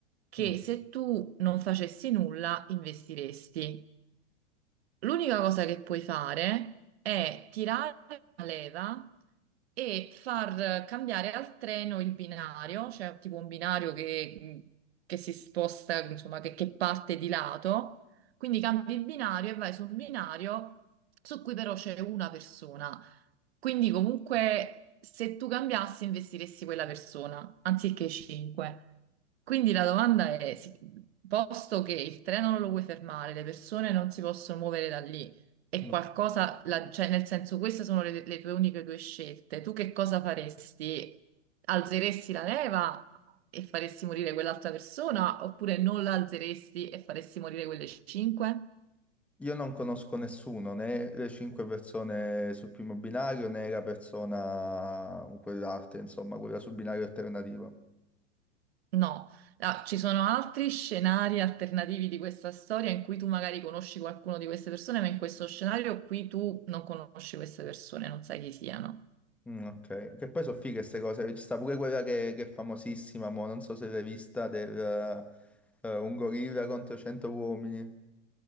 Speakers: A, on the right; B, in the centre.
A: che
B: No,
A: se tu non facessi nulla investiresti. L'unica cosa che puoi fare è tirare la leva e far cambiare al treno il binario, cioè tipo un binario che, che si sposta, insomma, che, che parte di lato. Quindi cambi il binario e vai su un binario su cui però c'è una persona. Quindi comunque se tu cambiassi investiresti quella persona anziché 5. Quindi la domanda è, sì, posto che il treno non lo puoi fermare, le persone non si possono muovere da lì, è
B: no.
A: qualcosa, la- cioè nel senso queste sono le, le tue uniche due scelte. Tu che cosa faresti? Alzeresti la leva e faresti morire quell'altra persona oppure non la alzeresti e faresti morire quelle cinque?
B: Io non conosco nessuno, né le cinque persone sul primo binario, né la persona, mm, quell'altra, insomma, quella sul binario alternativo.
A: No. Ah, ci sono altri scenari alternativi di questa storia in cui tu magari conosci qualcuno di queste persone, ma in questo scenario qui tu non conosci queste persone, non sai chi siano.
B: Mm, ok, che poi sono fighe queste cose, ci sta pure quella che, che è famosissima, mo, non so se l'hai vista, del, eh, un gorilla contro 100 uomini.